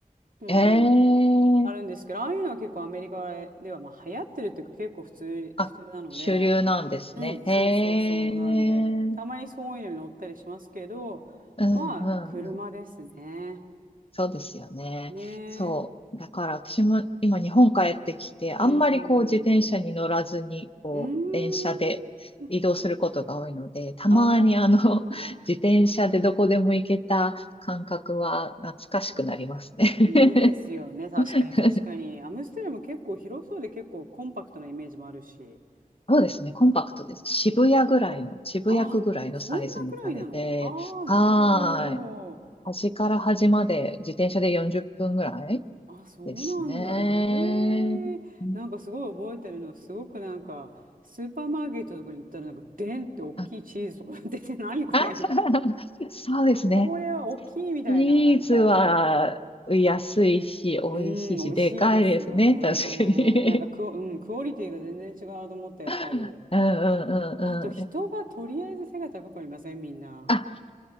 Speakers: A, on the right; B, on the left.
A: うんうん。
B: ん。
A: あるんですけど、
B: ええ
A: ああいうのは結構アメリカでは、まあ、流行ってるっていうか結構普通、
B: あ、
A: 普通なので、
B: 主流なんですね。
A: うん、そうそうそう。
B: へえ。うん
A: なんで、たまにそういうのに乗ったりしますけど、
B: うんうん。
A: まあ、車ですね。
B: そうですよね。
A: ねえ。
B: そう。だから私も今日本帰ってきて、あんまりこう自転車に乗らずに、
A: うんうん。
B: こう、
A: うーん。
B: 電車で移動することが多いので、たまにあの、
A: あ
B: <laughs>
A: あ。
B: 自転車でどこでも行けた感覚は懐かしくなりますね。
A: いいですよね。確かに確かに。
B: <laughs>
A: アムステルも結構広そうで結構コンパクトなイメージもあるし。
B: そうですね。コンパクトです。渋谷ぐらいの、渋谷区ぐらいのサイズみたいで、
A: あ、そんなくらいなのああー、
B: はーい。
A: なるほど。
B: 端から端まで自転車で40分ぐらい
A: あ、そうなんだ。
B: ですね。
A: ええなんかすごい覚えてるのは、
B: うん
A: すごくなんか、スーパーマーケットとかに行ったら、なんか、でんって大きいチーズとか出て、
B: あ、
A: 何これみたいな。
B: あ <laughs> そうですね。
A: <laughs> これは大きいみたいな、
B: ビーズは安いし、
A: なんか、
B: 美味しいし、
A: うん、美味しいですよね。
B: でかいですね。確かに。
A: なんかクオ、うん、クオリティが全然違うと思った、
B: <laughs>
A: やっぱり。
B: うんうんうんうん。
A: あと、人がとりあえず背が高くありません、みんな。
B: あ、